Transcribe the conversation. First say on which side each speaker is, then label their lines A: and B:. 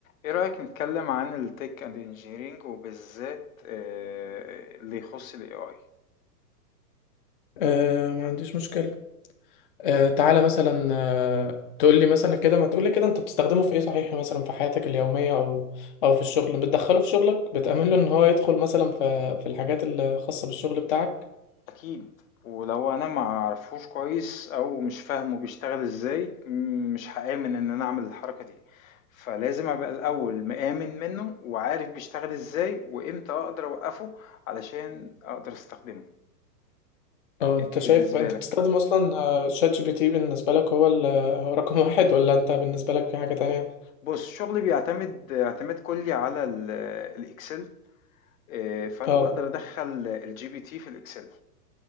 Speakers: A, on the left; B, on the left.
A: ايه رأيك نتكلم عن التك اند انجينيرينج وبالذات آه، اللي يخص الاي اي
B: آه ما عنديش مشكلة آه تعالى مثلا آه تقول لي مثلا كده ما تقول لي كده انت بتستخدمه في ايه صحيح مثلا في حياتك اليومية او او في الشغل بتدخله في شغلك بتأمن له ان هو يدخل مثلا في في الحاجات الخاصة بالشغل بتاعك
A: اكيد ولو انا ما اعرفوش كويس او مش فاهمه بيشتغل ازاي م- مش هآمن ان انا اعمل الحركة دي فلازم ابقى الاول مآمن منه وعارف بيشتغل ازاي وامتى اقدر اوقفه علشان اقدر استخدمه
B: او انت
A: انت بالنسبة
B: شايف انت
A: لك
B: بتستخدم اصلا آه، شات جي بي تي بالنسبة لك هو ال- هو رقم <laughs> واحد ولا انت بالنسبة لك في حاجة تانية
A: بص شغلي بيعتمد اعتماد كلي على ال- الاكسل آه، فانا
B: اه
A: بقدر ادخل الجي بي تي في الاكسل